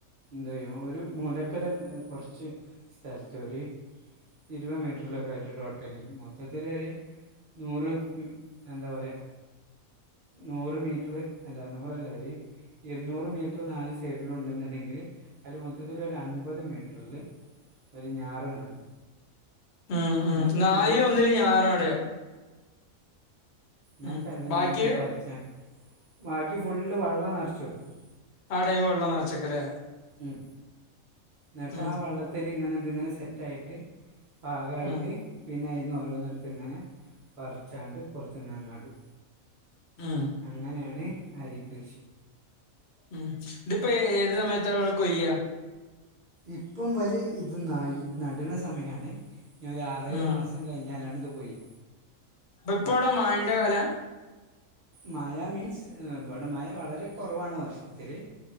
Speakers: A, on the right (about 45°); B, on the left (about 55°).
A: ന്തെയ്യും ഒരു മൂലക്കല് കൊറച്ച് സ്ഥലത്തൊര്‌ ഇരുവ് മീറ്ററിലൊക്ക ആയിട്ട് ടോട്ടലി മൊത്തത്തിലെര് നൂറ് എന്താ പറയാ നൂറ് മീറ്റർ അല്ല നൂറല്ലരി ഇരുന്നൂറ് മീറ്ററ് നാല് സൈഡിലു ണ്ട്ന്ന്ണ്ടെങ്കില് അയില് മൊത്തത്തില് ഒരൻപത് മീറ്റർല് ഒര് ഞാറ് നടും
B: ഉം
A: എന്നിട്ട്
B: ഉം നാലില്
A: പിന്നെ
B: ഒന്നില് ഞാറടെയൊ
A: ന്ന്ട്ട്
B: ഉം
A: അതിനെ
B: ബാക്കി
A: ഇങ്ങനെ പർച്ചാൻ ബാക്കി ഫുള്ള് വള്ളം നറച്ച് വെക്കും
B: ആ ടൈമ് വെള്ളം നറച്ചെക്കലേ
A: ഉം ന്ന്ട്ട്
B: ഉം
A: ആ വള്ളത്തില് ഇങ്ങനെ തിങ്ങനെ സെറ്റായിട്ട് പാകായിട്ട്
B: ഉം
A: പിന്നെ അയിന്ന് ഓരോന്നെട്ത്ത്ങ്ങനെ പറിച്ചാണ്ട് പൊറത്ത്ങ്ങനെ നടും
B: ഉം
A: അങ്ങനെണ് അരി കൃഷി
B: ഉം തിപേ ഏത് സമയത്താമ്മൾ കൊയ്യാ
A: ഇപ്പം വല് ഇത് നയി നട്ണ സമയണ് ഞെര് ആറേ
B: ഉം
A: ഏഴ് മാസം കഴിഞ്ഞ് ഞാലടത് കൊയ്
B: ബപ്പൊടെ മഴന്റെ കാല
A: മഴ മീൻസ് മ്പടെ മഴ വളരെ കൊറവാണ് വർഷത്തില്